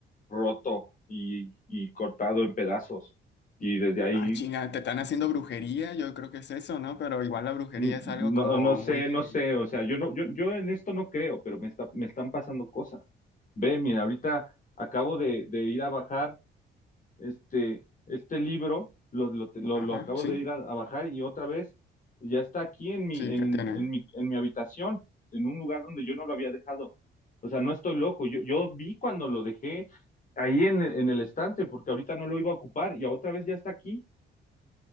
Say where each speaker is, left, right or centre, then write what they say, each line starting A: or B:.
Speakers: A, on the left; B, on the left.
A: roto y, y cortado en pedazos. Y desde ahí
B: ah, chinga, te están haciendo brujería, yo creo que es eso, ¿no? Pero igual la brujería
A: Mm,
B: es algo
A: No,
B: como
A: no sé,
B: muy,
A: no sé, o sea, yo no, yo, yo en esto no creo, pero me está, me están pasando cosas. Ve, mira, ahorita acabo de, de ir a bajar este, este libro, lo, lo, lo,
B: ajá,
A: lo acabo
B: sí,
A: de ir a, a bajar y otra vez ya está aquí en mi,
B: sí,
A: en,
B: ¿qué tiene?
A: en mi, en mi habitación, en un lugar donde yo no lo había dejado. O sea, no estoy loco, yo, yo vi cuando lo dejé ahí en, el- en el estante, porque ahorita no lo iba a ocupar y otra vez ya está aquí.